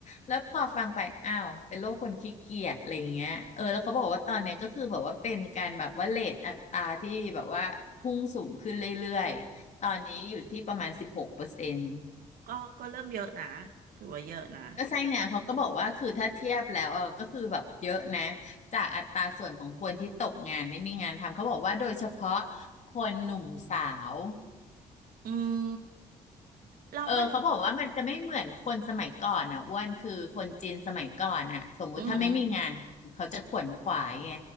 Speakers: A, on the left; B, on the right.
A: แล้วพอฟังไปอ้าวเป็นโรคคนขี้เกียจอะไรอย่างเงี้ยเออแล้วเขาบอกว่าตอนเนี้ยก็คือแบบว่าเป็นการแบบว่าเรทอัตราที่แบบว่าพุ่งสูงขึ้นเรื่อยๆตอนนี้อยู่ที่ประมาณสิบหกเปอร์เซ็นต์
B: ก็ก็เริ่มเยอะนะถือว่าเยอะนะ
A: ก็ใช่ไงเขาก็บอกว่าคือถ้าเทียบแล้วอ่ะก็คือแบบเยอะนะจากอัตราส่วนของคนที่ตกงานไม่มีงานทำเขาบอกว่าโดยเฉพาะคนหนุ่มสาว
B: อืมแล้วมัน
A: เออเขาบอกว่ามันจะไม่เหมือนคนสมัยก่อนอ่ะอ้วนคือคนจีนสมัยก่อนอ่ะสมมุติถ้าไม่มีงานเขาจะขวนขวายไง
B: อืม